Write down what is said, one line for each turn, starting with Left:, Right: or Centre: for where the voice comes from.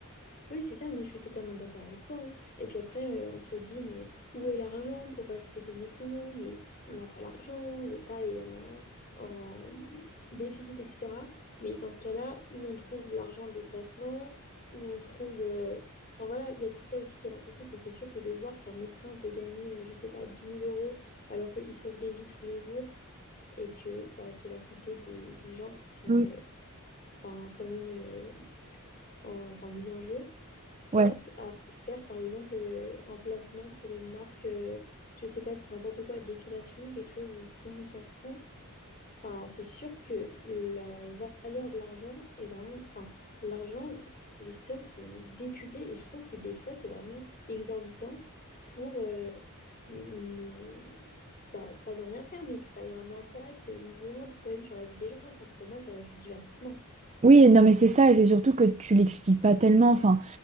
Left: Oui, c'est ça, mais je suis totalement d'accord avec toi. hein. Et puis après, euh, on se dit, mais où est l'argent pour rajouter des médecins? Mais on n'a pas l'argent, l'État est en, en déficit, etc. Mais dans ce cas-là, où on trouve l'argent des placements, où on trouve... euh, Enfin voilà, il y a tout ça aussi qui rentre en compte. Et c'est sûr que de voir qu'un médecin peut gagner, euh, je sais pas, dix mille euros alors qu'il sauve des vies tous les jours et que bah, c'est la santé des, des gens qui sont...
Right: Mm.
Left: euh, Enfin, quand même... euh, en- enfin mise en jeu, face
Right: Ouais.
Left: à faire par exemple euh, un placement pour une marque, euh, je sais pas, je dis n'importe quoi, d'épilation, quelque chose où tout le monde s'en fout. Enfin, c'est sûr que la valeur de l'argent est vraiment, enfin, l'argent, les sommes sont décuplées et je trouve que des fois c'est vraiment exorbitant pour euh, ne, bah, pas ne rien faire, mais que ça ait un impact moindre quand même sur la vie des gens. Enfin, pour moi, ça reste du divertissement.
Right: Oui, non, mais c'est ça, et c'est surtout que tu l'expliques pas tellement. Enfin,